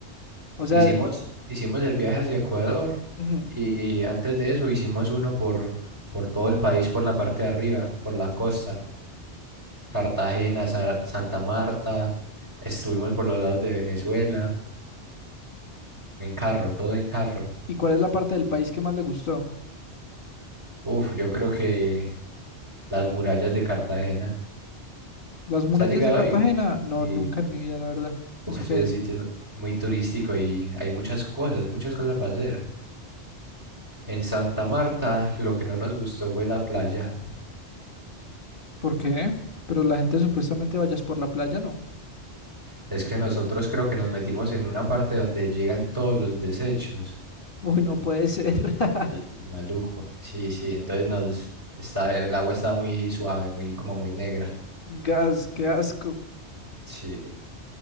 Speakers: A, on the left (about 50°); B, on the right (about 15°).
A: O sea,
B: Hicimos,
A: el-
B: hicimos el viaje hacia Ecuador
A: ujú.
B: y antes de eso hicimos uno por, por todo el país, por la parte de arriba, por la costa. Cartagena, Sa- Santa Marta, estuvimos por los lados de Venezuela, en carro, todo en carro.
A: ¿y cuál es la parte del país que más le gustó?
B: Uf, yo creo que las murallas de Cartagena.
A: ¿Las murallas
B: ¿Se ha llegado
A: de Cartagena?
B: a ir?
A: No,
B: Sí.
A: nunca en mi vida, la verdad.
B: Uf,
A: ¿Eso qué
B: ese
A: es?
B: sitio es muy turístico y hay muchas cosas, muchas cosas para hacer. En Santa Marta, lo que no nos gustó fue la playa.
A: ¿Por qué? Pero la gente supuestamente vayas por la playa, ¿no?
B: Es que nosotros creo que nos metimos en una parte donde llegan todos los desechos.
A: <laughs> Uy, no puede ser. <laughs>
B: Sí, maluco. Sí, sí. Entonces nos está, el agua estaba muy suave, muy como muy negra.
A: Gas, qué asco.
B: Sí.